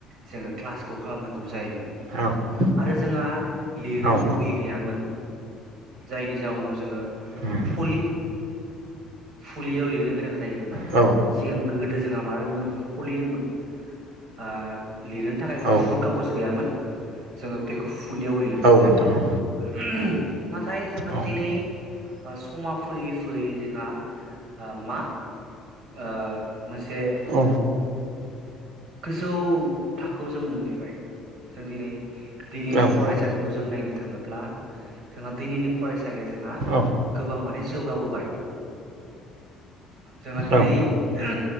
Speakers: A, on the right; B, on the right.
A: जोङो क्लासखौ खालामनांगौ जायोमोन
B: औ उम
A: आरो जोंहा लिरनो
B: औ
A: बहि गैयामोन जायनि जाउनाव जोङो
B: उम
A: पलि फुलियाव लिरनो गोनां जायोमोन आरो
B: औ
A: सिगां गोदो जोंहा मा दोंमोन फलि दोंमोन ओ लिरनो थाखाय गुफुर
B: औ
A: खागज गैयामोन जोङो बेखौ फुलियाव लिरोमोन
B: औ नोंथां औ
A: <unintelligible> नाथाय जोंहा
B: औ
A: दिनै समा फैयै फैयै जोंहा ओ मा ओ मोनसे
B: औ
A: गोजौ थाखोआवजों मोनफैबाय जों दिनै दिनैनि
B: औ
A: फरायसालिखौ
B: उम
A: जों नायनो थाङोब्ला जोंहा दैनैनि फरायसालिया जोंहा
B: औ
A: गोबां माने जौगाबोबाय जोंहा दिनै
B: औ उम
A: <unintelligible>